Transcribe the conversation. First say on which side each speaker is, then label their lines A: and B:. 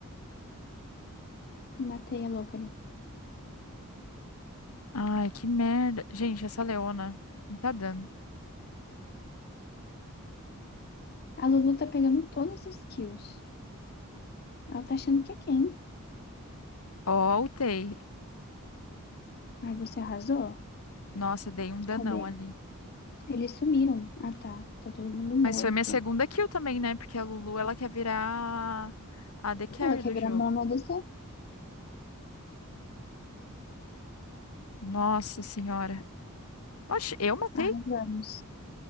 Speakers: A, on the left (about 45°); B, on the left (about 80°).
A: Matei a louca ali.
B: Ai, que merda. Gente, essa Leona não tá dando.
A: A Lulu tá pegando todas as kills. Ela tá achando que é quem?
B: Ó, ultei.
A: Ai, você arrasou?
B: Nossa, dei um danão
A: Cadê?
B: ali.
A: Eles sumiram. Ah, tá. Tá todo mundo morto.
B: Mas foi minha segunda kill também, né? Porque a Lulu, ela quer virar a AD Carry
A: Ela quer
B: do
A: virar
B: jogo.
A: mono dessa?
B: Nossa senhora. Oxe, eu matei?
A: Arrasamos.